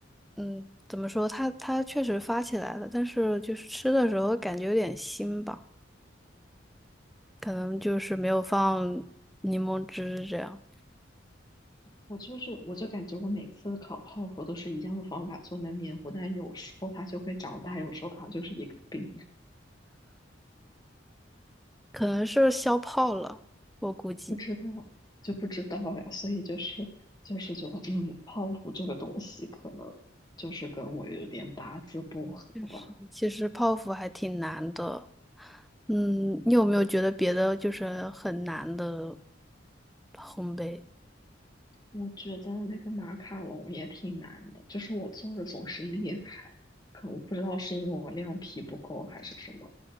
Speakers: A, in the centre; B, on the left.
A: 嗯，怎么说？它它确实发起来了，但是就是吃的时候感觉有点腥吧，可能就是没有放柠檬汁这样，
B: 我就是我就感觉我每次烤泡芙都是一样的方法做那面糊，但有时候它就会长大，有时候它就是一个饼，
A: 可能是消泡了，我估计。
B: 不知道就不知道呀。所以就是就是觉得，嗯，泡芙这个东西可能就是跟我有点八字不合吧。
A: 就是其实泡芙还挺难的，嗯，你有没有觉得别的就是很难的烘焙？
B: 我觉得那个马卡龙也挺难的，就是我做的总是裂开，可我不知道是因为我量皮不够还是什么。